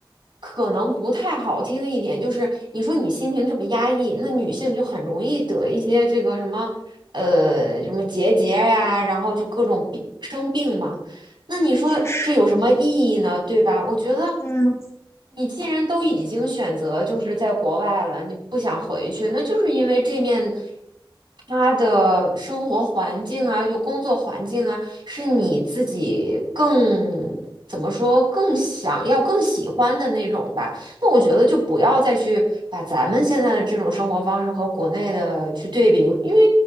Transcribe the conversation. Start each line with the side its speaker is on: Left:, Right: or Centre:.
Right: 可能不太好听一点，就是你说你心情这么压抑，那女性就很容易得一些这个什么呃什么结节呀、然后就各种病生病嘛。那你说这有什么意义呢？
Left: 确实，
Right: 对吧？我觉得
Left: 嗯
Right: 你既然都已经选择就是在国外了，你不想回去，那就是因为这面他的生活环境啊，就工作环境啊，是你自己更怎么说更想要、更喜欢的那种吧。那我觉得就不要再去把咱们现在的这种生活方式和国内的去对比，因为。